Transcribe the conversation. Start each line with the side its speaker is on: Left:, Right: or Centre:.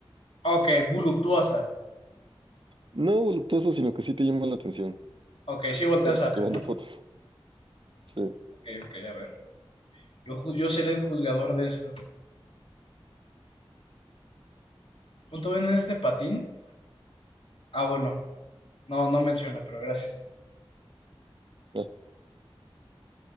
Left: ok, voluptuosa.
Right: No voluptuosa, sino que sí te llama la atención.
Left: Ok, sí volteas
Right: Pero
Left: a
Right: te
Left: ver,
Right: mando
Left: ¿no?
Right: fotos. Sí.
Left: Ok, ok, a ver. Yo, ju- yo seré el juzgador de eso. ¿Cuánto ven en este patín? Ah, bueno, no, no menciona, pero gracias.
Right: Ah,